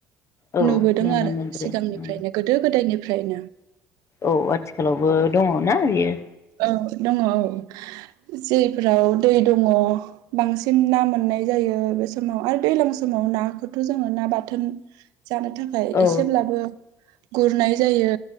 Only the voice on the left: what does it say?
औ
नुनो
मोनबोदों
औ आथिखालावबो दङ ना इयो?
औ